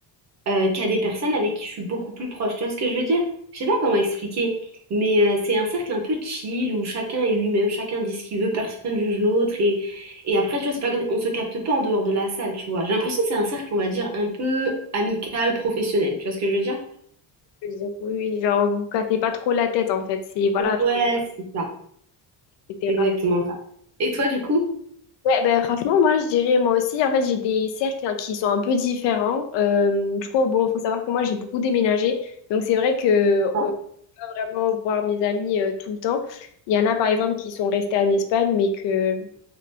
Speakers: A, on the right; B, on the left.
A: euh, qu'à des personnes avec qui je suis beaucoup plus proche. Tu vois ce que je veux dire? Je sais pas comment expliquer, mais euh, c'est un cercle un peu chill où chacun est lui-même, chacun dit ce qu'il veut, personne juge l'autre et et après tu vois c'est pas comme on se capte pas en dehors de la salle, tu vois. J'ai l'impression que c'est un cercle on va dire un peu amical, professionnel. Tu vois ce que je veux dire?
B: Je veux dire, Oui, genre, vous cassez pas trop la tête, en fait. C'est, voilà,
A: Ouais,
B: genre,
A: c'est ça,
B: etc.
A: c'est exactement ça. Et toi du coup?
B: Ouais, ben franchement, moi, je dirais, moi aussi, en fait, j'ai des cercles hein, qui sont un peu différents. Euh, du coup, bon, faut savoir que moi, j'ai beaucoup déménagé. Donc, c'est vrai que euh,
A: Ah,
B: pas vraiment voir mes amis euh, tout le temps. Il y en a, par exemple, qui sont restés en Espagne, mais que...